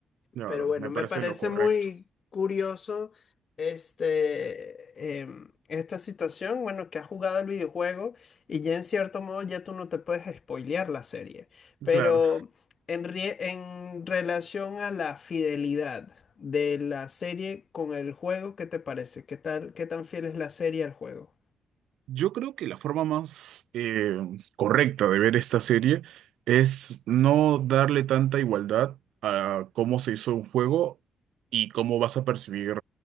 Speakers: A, on the right (about 85°); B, on the left (about 50°).
A: Claro,
B: Pero bueno,
A: me
B: me
A: parece
B: parece
A: lo correcto.
B: muy curioso este, em, esta situación, bueno, que has jugado el videojuego y ya en cierto modo ya tú no te puedes spoilear la serie, pero
A: Claro,
B: en, rie- en relación a la fidelidad de la serie con el juego, ¿qué te parece? ¿Qué tal, qué tan fiel es la serie al juego?
A: yo creo que la forma más eh, correcta de ver esta serie es no darle tanta igualdad a cómo se hizo un juego y cómo vas a percibir